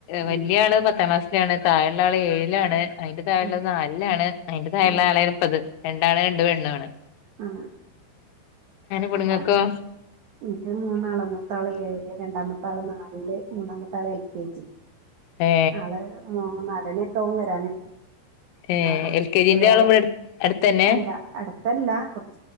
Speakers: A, on the left; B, on the right.
A: വലിയ
B: ഉം
A: ആള് പത്താം ക്ലാസിലാണ് ത ള്ള ആള് ഏഴാണ് അതിറെ താഴുള്ള
B: ഉം
A: നാലാണ് അതിന്റെ താഴുള്ള
B: ഉം
A: ആളായിും പത് രണ്ടാാണ് രണ്ട് പെണ്ണണ്
B: ആഹ
A: പെണ്ണുങ്ങക്കോ
B: അപ്പൊ ആ മട്ട മൂന്നാള് മൂത്താള് ഏഴില് രണ്ടാമത്തൊള് നാലില് മൂന്നാമത്തെ ആള് എൽ കെ ജി
A: ഏ
B: ആള് മൂന്നരണയൊക്കെ ആകും വരാനും
A: ഏ
B: അപ്പൊ
A: എൽ കെ
B: ചെറയാള്
A: ജിന്റെ ആളും ഇവിടെ അടുത്തന്നെ
B: അല്ല അടുത്തല്ല കുറ പ